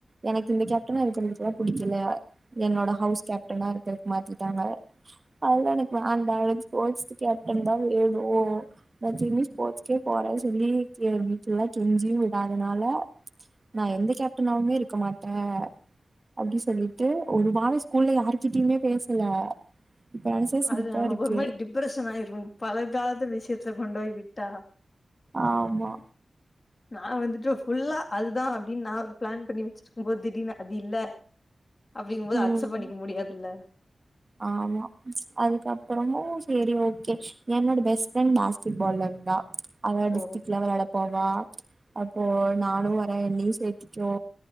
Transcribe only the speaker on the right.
எனக்கு அந்த கேப்டனா இருக்கறதுக்கெல்லா பிடிக்கல என்னோட ஹவுஸ் கேப்டனா இருக்கறக்கு மாத்திட்டாங்க அதெல்லா எனக்கு வேண்டா எனக்கு ஸ்போர்ட்ஸ் கேப்டன் தா வேணு நா திரும்பி ஸ்போட்ஸ்கே போறே சொல்லி ஏ வீட்டு எல்லா கெஞ்சியு விடாதனால நா எந்த கேப்டனாவுமே இருக்க மாட்டே அப்டி சொல்லிட்டு ஒரு வரோ ஸ்கூல்ல யார்கிட்டயுமே பேசல இப்ப நெனச்சா சிரிப்பா
இருக்கு
ஆமா
ம்
ஆமா அதுக்கப்பறமு சேரி ஓகே என்னோட பெஸ்ட் ஃரெண்ட் பாஸ்கெட்பால்ல இருந்தா அவ டிஸ்ட்ரிக்
லெவல் விளையாட போவா அப்போ நானு வரே என்னையு சேத்திக்கோ